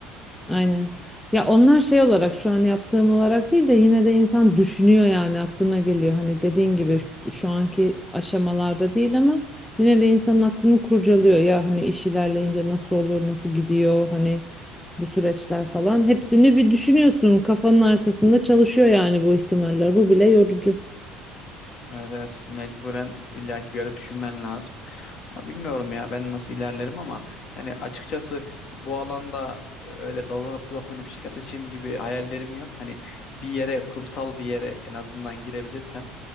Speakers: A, in the centre; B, on the left.
A: Aynen. Ya onlar şey olarak şu an yaptığım olarak değil de yine de insan düşünüyor yani aklına geliyor. Hani dediğin gibi şu, şu anki aşamalarda değil ama yine de insanın aklını kurcalıyor. Ya hani iş ilerleyince nasıl olur, nasıl gidiyor hani bu süreçler falan. Hepsini bir düşünüyorsun. Kafanın arkasında çalışıyor yani bu ihtimaller. Bu bile yorucu.
B: Evet evet mecburen illaki bir yere düşünmen lazım. Ama bilmiyorum ya ben nasıl ilerlerim ama yani açıkçası bu alanda e, öyle dalanıp budaklanıp şirket açayım gibi hayallerim yok. Hani bir yere kurumsal bir yere en azından girebilirsem